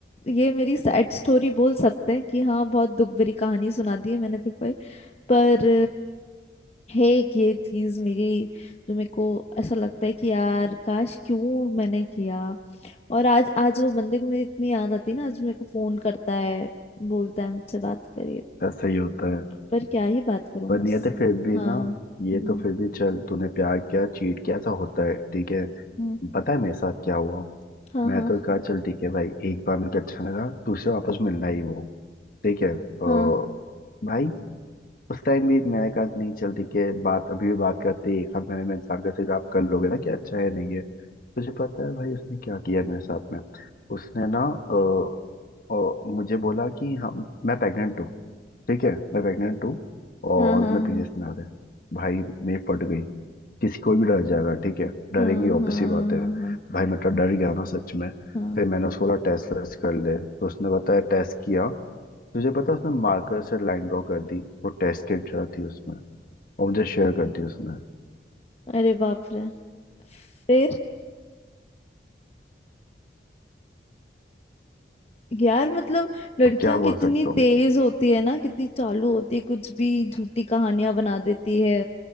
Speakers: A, on the left; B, on the left.
A: ये मेरी सैड स्टोरी बोल सकते हैं कि हाँ बहुत दुख भरी कहानी सुना दी है मैंने तेरे को एक। पर है एक ये चीज मेरी जो मेरे को ऐसा लगता है कि यार काश क्यों मैंने किया और आज आज वो बंदे को मेरी इतनी याद आती है ना आज मेरे को फोन करता है बोलता है मुझसे बात करिए
B: ऐसा ही होता है
A: पर क्या ही बात करूं
B: पर
A: मैं
B: नहीं
A: उससे
B: तो फिर भी
A: हाँ
B: ना ये
A: हम्म
B: तो फिर भी चल तूने प्यार किया चीट किया ऐसा होता है ठीक है
A: हम्म,
B: पता है मेरे साथ क्या हुआ
A: हाँ
B: मैं
A: हाँ
B: तो कहा चल ठीक है भाई एक बार मिलकर अच्छा लगा दूसरा वापस मिलना ही वो ठीक है अ,
A: हाँ
B: भाई उस टाइम भी मैंने कहा नहीं चल ठीक है बात अभी भी बात करते हैं, एक हाथ मैंने में इंसान का सिर्फ आप कर लोगे ना कि अच्छा है नहीं है तुझे पता है भाई उसने क्या किया मेरे साथ में उसने ना अ, अ, मुझे बोला कि हम मैं प्रेग्नेंट हूँ ठीक है मैं प्रेग्नेंट हूँ और
A: हाँ हाँ
B: मैं
A: हाँ
B: पीरियड्स में आ रहे भाई मैं फट गई किसी कोई भी डर जाएगा ठीक है डरेंगी
A: हाँ
B: ऑब्वियसली
A: हाँ
B: बात है
A: हाँ हाँ
B: भाई मैं तो डर गया ना सच में
A: हाँ
B: फिर मैंने उसको बोला टेस्ट वेस्ट कर ले तो उसने बताया टेस्ट किया तुझे पता उसने मार्कर से लाइन ड्रॉ कर दी वो टेस्ट किट जो थी उसमें और मुझे शेयर कर दी उसने
A: अरे बाप रे फिर यार मतलब लड़कियां
B: अब क्या
A: कितनी
B: बोल सकता
A: तेज
B: हूँ
A: होती है ना कितनी चालू होती है कुछ भी झूठी कहानियां बना देती है